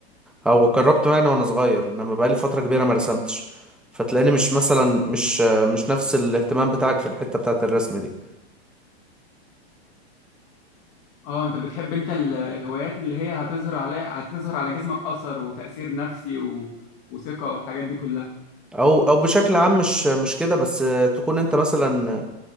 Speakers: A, in the centre; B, on the left (about 40°).
A: او جربت يعني وانا صغير انما بقالي فترة كبيرة ما رسمتش فتلاقيني مش مثلا مش آه، مش نفس الاهتمام بتاعك في الحتة بتاعت الرسم دي
B: اه انت بتحب انت ال- الهوايات اللي هي هتظهر عليها هتظهر على جسمك اثر وتأثير نفسي و... وثقة والحاجات دي كلها
A: او او بشكل عام مش مش كده بس آه، تكون انت مثلا